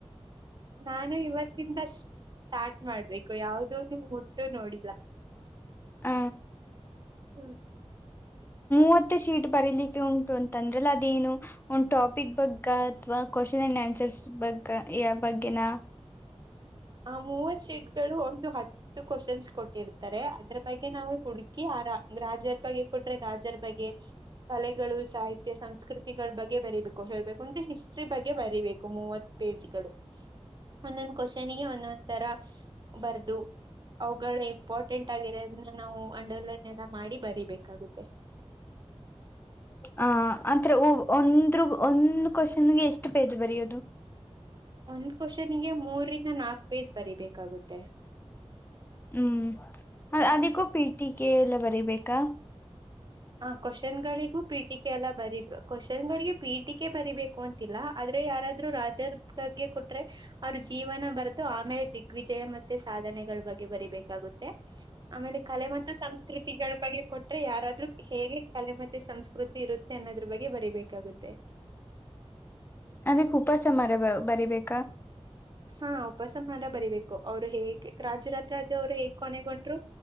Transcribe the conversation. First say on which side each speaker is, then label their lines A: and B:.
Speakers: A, on the right (about 40°); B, on the left (about 20°).
A: ನಾನು ಇವತ್ತಿಂದ ಸ್ಟಾರ್ಟ್ ಮಾಡ್ಬೇಕು ಯಾವ್ದಂದು <unintelligible> ನೋಡಿಲ್ಲ
B: ಹ
A: ಹ್ಮ್
B: ಮೂತ್ತ ಶೀಟ್ ಬರಲಿಕ್ಕೆ ಉಂಟು ಅಂತ ಅಂದ್ರಅಲ್ಲ ಅದೇನು ಒನ್ ಟಾಪಿಕ್ ಬಗ್ ಅಥವಾ ಕೋಶನ್ <unintelligible> ಬಗ್ ಯ ಬಗ್ಗೆನಾ
A: ಆ ಮೂವತ್ತು ಶೇಟ್ಗಳು ಒಂದು ಹತ್ತು ಕೋಶನ್ಸ್ ಕೊಟ್ಟಿರುತ್ತೆ ತಾರೆ ಅದ್ರ ಬಗ್ಗೆ ನಾವು ಹುಡುಕಿ ಆ ರಾಜರ ಬಗ್ಗೆ ಕೊಟ್ರೆ ರಾಜರ ಬಗ್ಗೆ ಕಲೆಗಳು ಸಾಹಿತ್ಯ ಸಂಸ್ಕೃತಿಗಳ ಬಗ್ಗೆ ಬರಿಬೇಕು ಹೇಳ್ಬೇಕು ಅಂದ್ರೆ ಹಿಸ್ಟ್ರಿ ಬಗ್ಗೆ ಬರಿಬೇಕು ಮೂವತ್ತು ಪೇಜ್ಗಳು ಒಂದೊಂದ್ ಕೋಶನ್ ಗೆ ಒಂದೊಂದ್ ತರ ಬರ್ದು ಅವುಗಳ ಇಂಪಾರ್ಟೆಂಟ್ ಆಗಿರೋದ್ರಿಂದ ನಾವು ಅಂಡರ್ ಲೈನ್ ಎಲ್ಲಾ ಮಾಡಿ ಬರಿಬೇಕಾಗುತ್ತೆ
B: <unintelligible> ಆ ಅಂತರ್ ಒಂದ್ರ್ ಒಂದು ಕೋಶನ್ ಗೆ ಎಷ್ಟು ಪೇಜ್ ಬರೆಯೋದು <unintelligible>
A: ಒಂದು ಕೋಶನ್ ಗೆ ಮೂರಿಂದ ನಾಕ್ ಪೇಜ್ ಬರಿಬೇಕಾಗುತ್ತೆ
B: ಹೂಂ ಅದಕ್ಕೂ
A: ಹ್ಮ್
B: ಪೀಟಿಕೆ ಎಲ್ಲಾ ಬರಿಬೇಕಾ
A: ಆ ಕೋಶನ್ಗಳಿಗೂ ಪೀಟಿಕೆ ಎಲ್ಲ ಬರಿಬೇ ಕೋಶನ್ ಗಳಿಗೆ ಪೀಟಿಕೆ ಬರಿಬೇಕು ಅಂತಿಲ್ಲ ಅದ್ರ ಯಾರಾದ್ರೂ ರಾಜರ ಬಗ್ಗೆ ಕೊಟ್ರೆ ಅವ್ರ ಜೀವನ ಬರ್ದು ಆಮೇಲೆ ದಿಗ್ವಿಜಯ ಮತ್ತೆ ಸಾಧನ್ ನೆಗಳ ಬಗ್ಗೆ ಬರಿಬೇಕಾಗುತ್ತೆ ಆಮೇಲೆ ಕಲೆ ಮತ್ತು ಸಂಸ್ಕೃತಿಗಳ ಬಗ್ಗೆ ಕೊಟ್ರೆ ಯಾರದ್ರು ಹೇಗೆ ಕಲೆ ಮತ್ತೆ ಸಂಸ್ಕೃತಿ ಇರುತ್ತೆ ಅನ್ನೋದ್ರ ಬಗ್ಗೆ ಬರಿಬೇಕಾಗುತ್ತೆ
B: ಅದಕ್ಕ ಉಪಸಂಹಾರ ಬಾ ಬರಿಬೇಕು
A: ಹಾ ಉಪಸಂ ಸಂಹಾರ ಬರಿಬೇಕು ಅವ್ರು ಹೇಗೆ ರಾಜರಾತ್ ಆದ್ರೆ ಅವ್ರು ಹೇಗ್ ಕೊನೆಗೊಂಡ್ರು